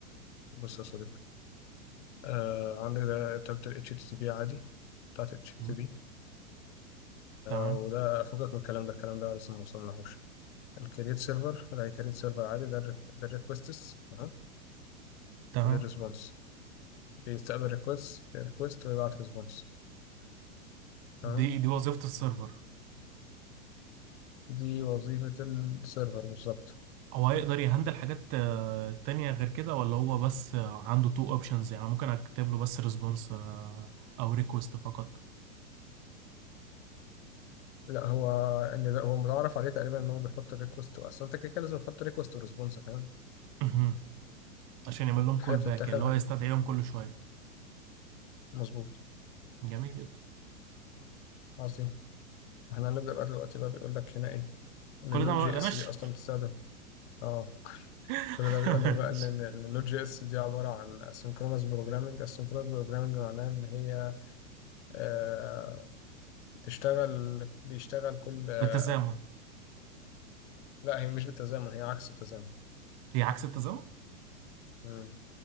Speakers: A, on the left; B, on the right.
A: بص يا صديقي آه عندك ده تابة ال HTTP عادي بتاعت ال HTTP
B: مم. تمام
A: وده فوقك من الكلام ده الكلام ده لسه ما وصلناهوش الكريت سيرفر ده كريت سيرفر عادي ده ال ده الريكوستس تمام
B: تمام
A: وده الريسبونس بيستقبل ريكوست ريكوست ويبعت ريسبونس تمام
B: دي دي وظيفة السيرفر
A: دي وظيفة السيرفر بالظبط
B: هو هيقدر يهندل حاجات آه، تانية غير كده ولا هو بس آه، عنده تو اوبشنز يعني ممكن اكتب له بس ريسبونس او ريكوست فقط
A: لا هو ان ده هو متعارف عليه تقريبا ان هو بيحط الريكوست اصل انت كده كده لازم تحط ريكوست وريسبونس فاهم
B: مهم. عشان يعمل لهم
A: حاجه
B: كول باك
A: بتتاخد
B: اللي هو يستدعيهم كل شوية
A: مظبوط
B: جميل جدا
A: عظيم احنا هنبدا بقى دلوقتي بقى بيقول لك هنا ايه ان
B: كل
A: النود
B: ده ما
A: جي
B: بدناش
A: اس دي اصلا بتستخدم اه
B: <laughs>
A: كل ده بيقول لك بقى ان ال- إن النود جي اس دي عباره عن اسynchronous بروجرامنج asynchronous بروجرامنج معناها ان هي آه بتشتغل بيشتغل كل آه
B: بالتزامن
A: لا هي مش بالتزامن هي عكس التزامن
B: هي عكس التزامن
A: مم.